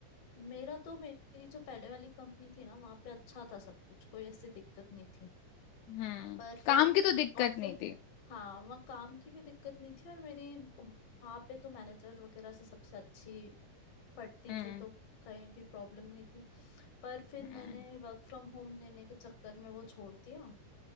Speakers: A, on the left (about 55°); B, on the left (about 80°).
A: मेरा तो मेरी जो पहले वाली कंपनी थी ना वहां पे अच्छा था सब कुछ कोई ऐसी दिक्कत नहीं थी
B: हम्म
A: पर फिर
B: काम की तो दिक्कत
A: ऑफिस
B: नहीं थी
A: हाँ वहाँ काम की भी दिक्कत नहीं थी और मेरी वहाँ पे तो मैनेजर वगैरह से सबसे अच्छी पड़ती
B: हम्म
A: थी तो कहीं भी प्रॉब्लम नहीं थी पर फिर
B: हम्म,
A: मैंने वर्क फ्रॉम होम लेने के चक्कर में वो छोड़ दिया